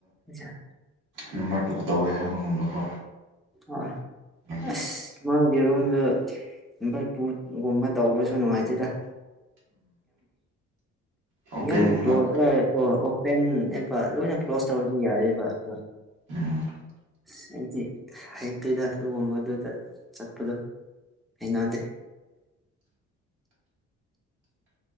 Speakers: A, in the centre; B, on the right.
A: ꯑꯥ
B: ꯅꯝꯕꯔ ꯇꯨ ꯇꯧꯋꯦ ꯍꯥꯏꯕꯒꯨꯝꯕꯀꯣ
A: ꯍꯣꯏ
B: ꯎꯝ
A: ꯑꯁ ꯃꯥꯒꯤ ꯔꯨꯝꯗ ꯅꯝꯕꯔ ꯇꯨꯒꯨꯝꯕ ꯇꯧꯕꯁꯨ ꯅꯨꯡꯉꯥꯏꯖꯦꯗ
B: ꯑꯣꯄꯦꯟꯅꯦꯕ
A: ꯌꯥꯝ ꯀꯣ ꯄꯦꯟꯅꯦꯕ ꯂꯣꯏꯅ ꯀ꯭ꯂꯣꯁ ꯇꯧꯔꯗꯤ ꯌꯥꯔꯦꯕ ꯑꯗꯣ
B: ꯎꯝ
A: ꯑꯁ ꯍꯥꯏꯗꯤ ꯍꯩꯇꯦꯗ ꯑꯗꯨꯒꯨꯝꯕꯗꯨꯗ ꯆꯠꯄꯗꯣ ꯍꯉꯗꯦ